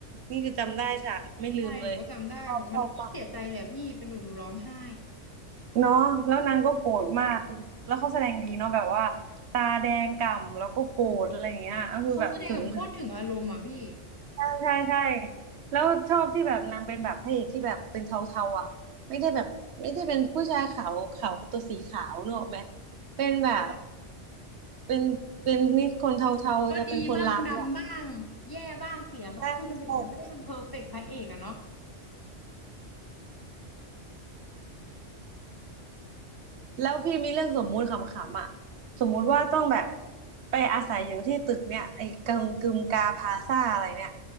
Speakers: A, on the right (about 65°); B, on the left (about 25°).
A: นี่คือจำได้ฉากไม่ลืมเลย
B: ใช่หนูก็จำได้แบบมันโคตรเสียใจเลยอะพี่เป็นหนูหนูร้องไห้
A: ชอบชอบมากเนาะแล้วนางก็โกรธมากคือแล้วเขาแสดงดีเนาะแบบว่าตาแดงก่ำแล้วก็โกรธอะไรอย่างเงี้ยก็คือแบบถึงถึง
B: เขาแสดงแบบโคตรถึงอารมณ์อ่ะพี่
A: ใช่ใช่ใช่แล้วชอบที่แบบนางเป็นแบบพระเอกที่แบบเป็นเทาๆอ่ะไม่ได้แบบไม่ได้เป็นผู้ชายขาวขาวตัวสีขาวเนกอะไหมเป็นแบบ
B: ใช่
A: เป็นเป็นนี่คนเทาๆจะเป็นคนร้ายอ่ะ
B: ก็ดีบ้างดำบ้างแย่บ้างเสียบ้างอะไรอย่างเงี้ยไม่ได้เป็นเพอร์เฟกต์พระเอกอะเนาะ
A: ใช่ใช่ แล้วพี่มีเรื่องสมมุติขำๆอ่ะสมมุติว่าต้องแบบไปอาศัยอยู่ที่ตึกเนี่ยไอ้กึมกึมกาพาซ่าอะไรเนี่ย